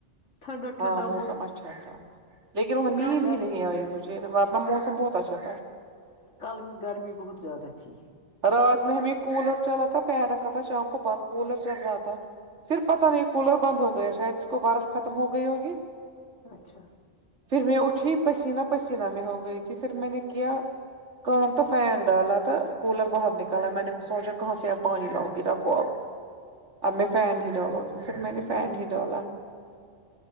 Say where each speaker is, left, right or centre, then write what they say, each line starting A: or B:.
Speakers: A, on the left; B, on the right.
A: ٹھنڈا
B: ہاں
A: ٹھنڈا
B: موسم اچھا تھا لیکن وہاں نیند
A: کل گرمی
B: ہی نہیں آئی مجھے ورنہ موسم بہت اچھا تھا
A: کل گرمی بہت زیادہ تھی
B: رات میں ہمیں کولر چلا تھا پیر رکھا تھا شام کو بند کولر چل رہا تھا پھر پتہ نہیں کولر بند ہو گیا شاید اس کو برف ختم ہو گئی ہوگی
A: اچھا
B: پھر میں اٹھی پسینہ پسینہ میں ہو گئی تھی پھر میں نے کیا کام تو فین ڈالا تھا کولر باہر نکالا میں نے سوچا کہاں سے آپ پانی لاؤ گی رکھو اب اب میں فین ہی ڈالوں گی پھر میں نے فین ہی ڈالا